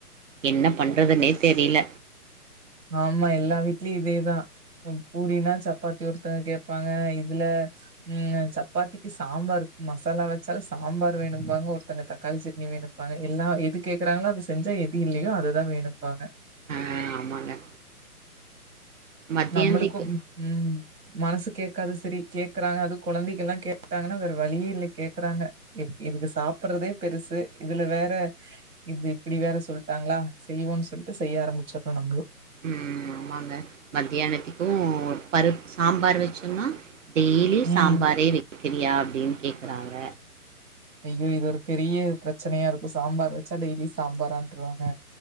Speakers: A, on the right (about 55°); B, on the right (about 80°).
A: என்ன பண்றதுன்னே தெரில
B: ஆமா எல்லா வீட்லி இதேதா அ பூரினா சப்பாத்தி ஒருத்தங்க கேப்பாங்க இதுல ம்க சப்பாத்திக்கி சாம்பாரு மசாலா வெச்சாலு சாம்பார் வேணும்பாங்க ஒருத்தங்க தக் காளி சட்னி வேணும்ப்பாங்க எல்லா எது கேக்குறாங்குளோ அத செஞ்சா எது இல்லயோ அதுதா வேணும்ப்பாங்க
A: அ ஆமாங்க மத்தியானத்துக்கு
B: நம்மளுக்கு ம் ம் மனசு கேக்காது செரி கேக்குறாங்க அது கொழந்தைகள்ல்லா கேட்டாங்கனா வேற வழியே இல்ல கேக்குறாங்க எப் இதுக்கு சாப்புட்றதே பெருசு இதுல வேற இது இப்புடி வேற சொல்ட்டாங்களா செய்வோன் சொல்ட்டு செய்ய ஆரம்மிச்சற்றோ நம்புளு
A: ம் ஆமாங்க மத்தியானத்திக்கு பருப் சாம்பார் வச்சொன்னா டெய்ல்யு சாம்பாரே
B: ம்
A: வெக்கிறியா அப்டின் கேக்குறாங்க
B: ஐயோ இது ஒரு பெரிய பிரச்சனயா இருக்கு சாம்பார் வெச்சா டெய்லி சாம்பாரான்ருவாங்க